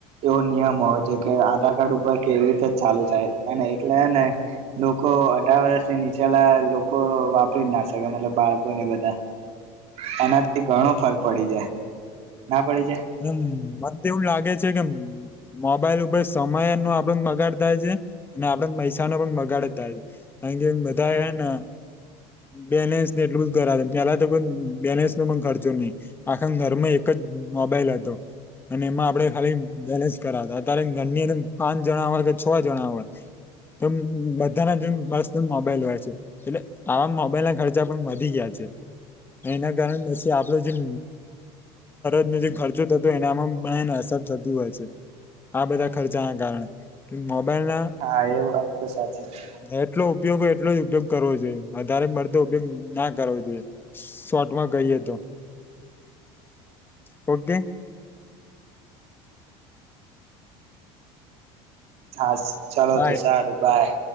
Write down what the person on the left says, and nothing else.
એમ મને તો એવું લાગે છે કેમ મોબાઈલ ઉપર સમય નો આપડ બગાડ થાય છે અને આપડ પૈસા નો પણ બગાડ થાય છે હંગે બધા એના બેલેન્સ ને એટલું જ કર ચલા તો બેલેન્સ નો પણ ખર્ચો નહી આખા ઘરમાં એક જ મોબાઈલ હતો અને એમાં આપડે ખાલી બેલેન્સ કરાવતા અત્યારે ઘરની અંદર પાંચ જણા હોય કે છ જણા હોય તો બધાના જે મસ્ મોબાઈલ હોય છે. એટલે આવા મોબાઈલ ના ખર્ચા પણ વધી ગયા છે. એના કારણે પછી આપડો જેજ તને જે ખર્ચો થતો એનામાં પણને અસર થતી હોય છે આ બધા ખર્ચા ના કારણે મોબાઈલ ના
એટલો ઉપયોગ હોય એટલો જ ઉપયોગ કરવો જોઈએ વધારે મળતો ઉપયોગ ના કરવો જોઈએ શોટમાં ગઈએ તો ઓગે
બાય